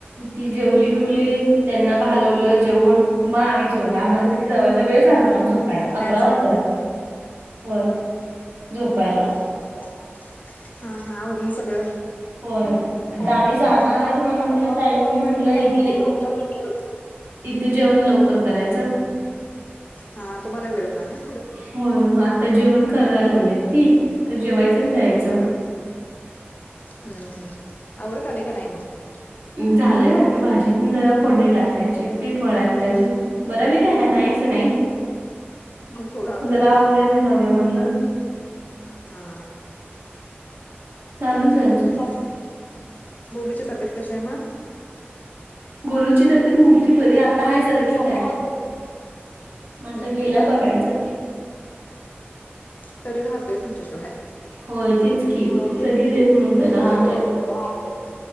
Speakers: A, on the right; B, on the left.
A: ती जेवली बिवली त्यांना घालवलं जेवून मग आम्ही जेवला मग तरी जेवायला वेळ झाला मग झोपायला
B: वेळ
A: आकरा वाजले रात्री होय झोपायला
B: हू हू हा हा आवरून सगळ
A: होय आता
B: बर
A: आम्ही
B: ते
A: जाणार म्हणून
B: झाल
A: मग
B: आता
A: ताईंनी म्हणलं
B: टाईम
A: इथले
B: आहे म्हटल्यावर किती
A: इथे जेवण लवकर करायचं
B: हा तुम्हाला वेळ होणार नई
A: होय म आता जेवण कराय लागल्यात ती आता जेवायचं आणि जायाचं
B: हू हू आवरत आलय का नाही मग
A: झालंय वाटत भाजी जरा फोडणी टाकायचीय पीठ मळायचय अजून बऱ्यापैकी आहे नाही असं नाही
B: थोडं आवर
A: जरा
B: राहिले
A: आवरूया आणि जाऊया म्हणलं <inaudible>
B: हा
A: चालूच आहे अजून
B: हू हू गोलूची तब्येत कशीय म
A: गोलूची तब्येत नव्हती बरी आता आता हाय
B: ती
A: जरा
B: बरी
A: ठीक
B: आता
A: हाय
B: बरी
A: म आता
B: हम्म
A: गेल्यावर
B: हम्म
A: बघायचं
B: तरी राहतोय तुमच्याशिवाय
A: होय तेच की
B: होय
A: सगळी
B: की
A: तेच म्हणतात
B: सगळी
A: राहतोय
B: हेच म्हणतात राहतोय